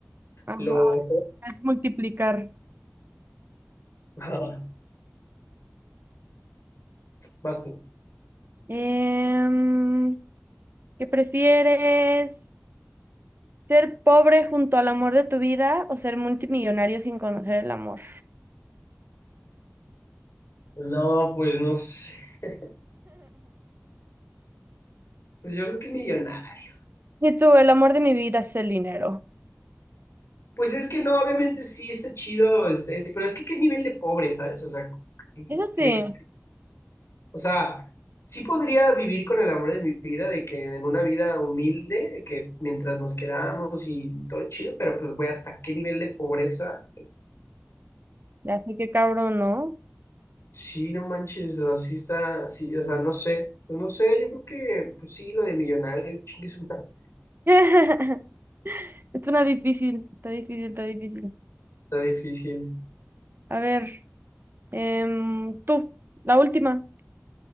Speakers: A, on the right; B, on the left.
A: Ajá.
B: lo...
A: Es multiplicar.
B: <laughs> Vas tú.
A: Em, ¿Qué prefieres? ¿Ser pobre junto al amor de tu vida o ser multimillonario sin conocer el amor?
B: No, pues no sé. <laughs> Pues yo creo que millonario.
A: Y tú, el amor de mi vida es el dinero.
B: Pues es que no, obviamente sí está chido, este, pero es que qué nivel de pobre, ¿sabes? O sea, ¿qué-
A: Eso sí,
B: qué- de qué- o sea, sí podría vivir con el amor de mi vida, de que en una vida humilde, de que mientras nos queramos y todo chido, pero pues güey, ¿hasta qué nivel de pobreza?
A: ya sé qué cabrón, ¿no?
B: Sí, no manches, así está, sí, o sea, no sé, pues no sé, yo creo que, pues sí, lo de millonario, <laughs> chingue su madre,
A: <laughs> Es una difícil, está difícil, está difícil.
B: está difícil.
A: A ver, em, tú, la última.